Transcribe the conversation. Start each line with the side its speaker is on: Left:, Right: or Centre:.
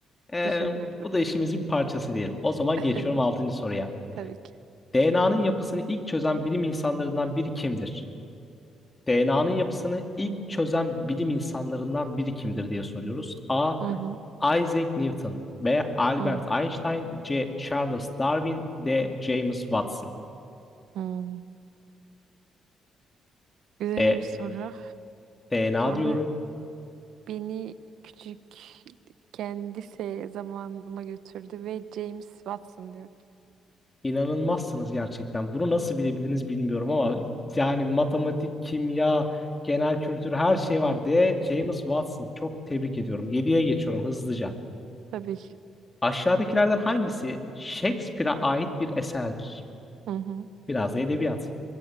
Left: Ee,
Right: düşündürdü.
Left: bu da işimizin parçası diyelim. O zaman
Right: <laughs>
Left: geçiyorum altıncı soruya.
Right: Tabii ki.
Left: DNA'nın yapısını ilk çözen bilim insanlarından biri kimdir? DNA'nın yapısını ilk çözen bilim insanlarından biri kimdir diye soruyoruz. A.
Right: Hı hı,
Left: Isaac Newton B. Albert
Right: hı,
Left: Einstein C. Charles Darwin D. James Watson
Right: hı. Güzel
Left: E.
Right: bir soru.
Left: DNA
Right: Bana
Left: diyorum.
Right: beni küçükken lise zamanıma götürdü ve James Watson diyorum.
Left: İnanılmazsınız gerçekten. Bunu nasıl bilebildiniz bilmiyorum ama yani matematik, kimya, genel kültür her şey var D. James Watson. Çok tebrik ediyorum. 7'ye geçiyorum hızlıca.
Right: Tabii ki.
Left: Aşağıdakilerden hangisi Shakespeare'a ait bir eserdir?
Right: Hı hı,
Left: Biraz da edebiyat.